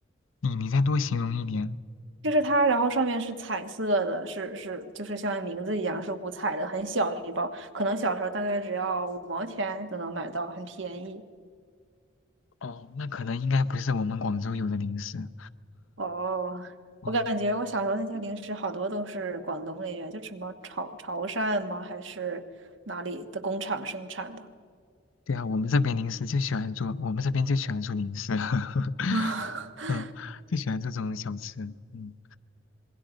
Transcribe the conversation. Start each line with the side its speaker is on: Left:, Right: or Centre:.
Left: 你你再多形容一点。
Right: 就是它，然后上面是彩色的，是是就是像名字一样是五彩的，很小一包，可能小时候大概只要五毛钱就能买到，很便宜。
Left: 哦，那可能应该不是我们广州有的零食。
Right: 哦，
Left: 哦，
Right: 我感觉我小时候那些零食好多都是广东那边，就什么潮潮汕吗？还是哪里的工厂生产的？
Left: 对啊，我们这边零食就喜欢做，我们这边就喜欢做零食，<laughs>
Right: 啊，<laughs>
Left: 嗯，就喜欢这种小吃，嗯，